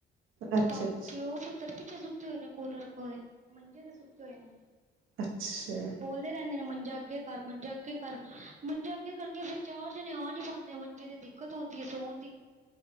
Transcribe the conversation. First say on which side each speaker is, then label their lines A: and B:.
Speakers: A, on the right; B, on the right.
A: ਅੱਛਾ,
B: ਪਾ
A: ਅੱਛਾ,
B: ਪਿਓ ਪੁੱਤਰ ਪਿੱਛੇ ਸੁੱਤੇ ਹੋਏ ਨੇ ਕੂਲਰ ਕੋਲੇ ਮੰਜੇ ਦੇ ਸੁੱਤੇ ਹੋਏ ਨੇ
A: ਅੱਛਾ
B: ਕਹਿੰਦੇ ਨੇ ਮੰਜਾ ਆਗੇ ਕਰ ਮੰਜਾ ਅੱਗੇ ਕਰ ਮੰਜਾ ਅੱਗੇ ਕਰ ਦੀਆਂ ਫਰ ਚਾਰ ਜਣੇ ਆ ਨੀ ਪਾਉਂਦੇ ਮੰਜਾ ਮੰਜੇ ਤੇ ਦਿੱਕਤ ਆਉਂਦੀ ਹੈ ਸੋਂਨਦੀ